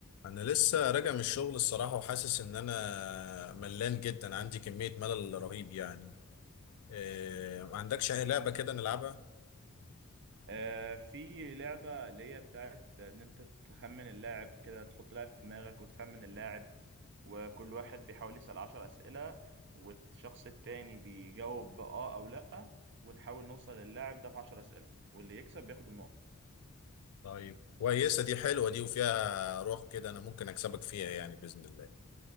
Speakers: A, on the left; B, on the right.
A: انا لسه راجع من الشغل الصراحه وحاسس ان انا ملان جدا عندي كميه ملل رهيب يعني إيه ما عندكش اي لعبه كده نلعبها
B: آه، في لعبة اللي هي بتاعت إن أنت تخمن اللاعب كده تحط لاعب في دماغك وتخمن اللاعب وكل واحد بيحاول يسأل عشر أسئلة والشخص التاني بيجاوب بآه أو لأ ونحاول نوصل للاعب ده في عشر أسئلة واللي يكسب بياخد النقطة
A: طيب كويسه دي حلوه دي وفيها روح كده انا ممكن اكسبك فيها يعني باذن الله